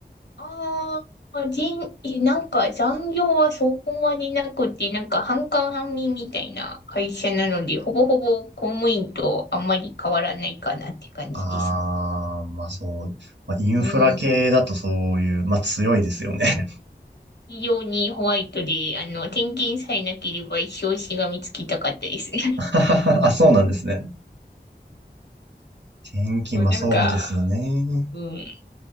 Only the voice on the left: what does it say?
ああ、人、いなんか残業はそこまでなくて、なんか半官半民みたいな会社なので、ほぼほぼ公務員とあんまり変わらないかなって感じです。
うん。
非常にホワイトで、あの、転勤さえなければ一生しがみつきたかったですね。
<laughs>
もうなんか、
うん、